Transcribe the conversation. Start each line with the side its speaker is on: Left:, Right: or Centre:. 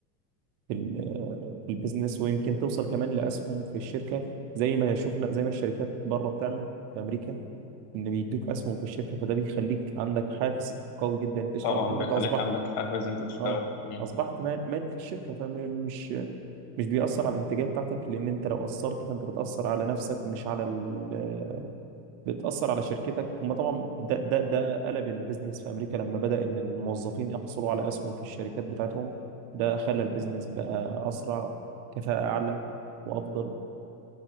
Right: في ال- في البيزنس ويمكن توصل كمان لاسهم في الشركه زي ما شفنا زي ما الشركات بره بتعمل في امريكا ان بيدوك اسهم في الشركه فده بيخليك عندك حافز قوي جدا انت تشتغل
Left: طبعا
Right: لان
Left: بيخليك
Right: انت اصبحت
Left: عندك حافز أنت تشتغل
Right: اه
Left: مم.
Right: اصبحت مال- مالك في الشركه فمش مش بيأثر على الانتاجيه بتاعتك لان انت لو اثرت فانت بتأثر على نفسك مش على ال- بتأثر على شركتك هم طبعا ده ده ده قلب البيزنس في أمريكا لما بدأ إن الموظفين يحصلوا على أسهم في الشركات بتاعتهم ده خلى البيزنس بقى أسرع كفاءة أعلى وأفضل